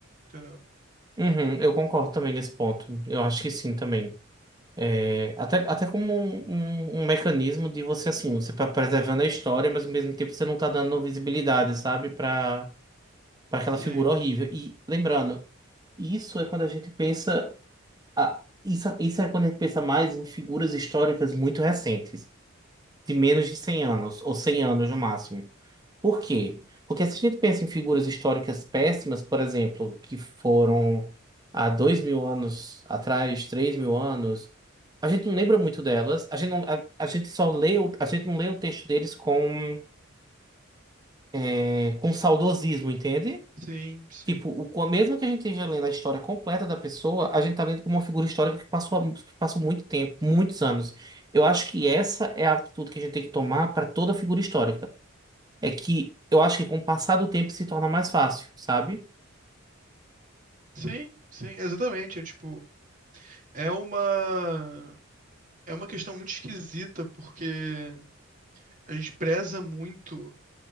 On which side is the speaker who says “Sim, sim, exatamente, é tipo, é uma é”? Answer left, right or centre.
Right